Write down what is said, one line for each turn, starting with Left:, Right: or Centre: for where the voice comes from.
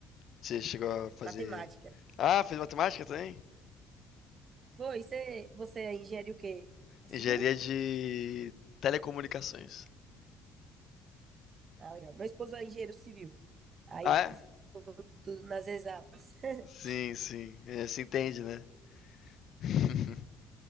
Left: Você chegou a fazer.
Right: Matemática.
Left: Ah, fez matemática também?
Right: Foi, você, você é engenheiro o quê? É
Left: Engenharia
Right: civil?
Left: de telecomunicações.
Right: Ah, legal. Meu esposo é engenheiro civil. Aí
Left: Ah, é?
Right: ficou tudo nas exatas. <laughs>
Left: Sim, sim. É, se entende, né? <laughs>